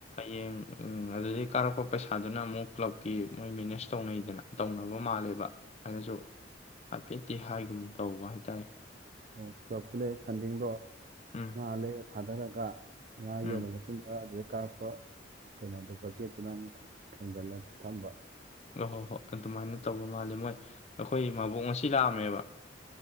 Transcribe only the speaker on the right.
ꯑꯣ ꯀ꯭ꯂꯞꯇ ꯂꯩꯕ ꯐꯟꯗꯤꯡꯗꯣ
ꯉꯥ ꯂꯩꯔ ꯊꯥꯗꯔꯒ ꯉꯥ
ꯌꯣꯜꯂ ꯃꯇꯨꯡꯗ ꯑꯗꯨꯗꯩꯩ ꯀꯥꯔꯞꯄ ꯀꯩꯅꯣꯗꯨꯕꯆꯦꯠꯇꯨꯅ ꯑꯃꯨꯛ ꯊꯣꯝꯖꯤꯜꯂ ꯊꯝꯕ꯫